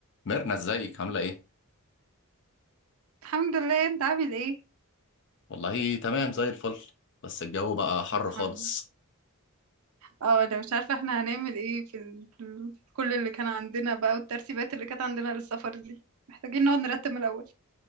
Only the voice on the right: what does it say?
الحمد لله انت عامل ايه
الحمد
لله اه انا مش عارفه احنا هنعمل ايه في ال... في ال- كل اللي كان عندنا بقى والترتيبات اللي كانت عندنا للسفر دي محتاجين نقعد نرتب من الاول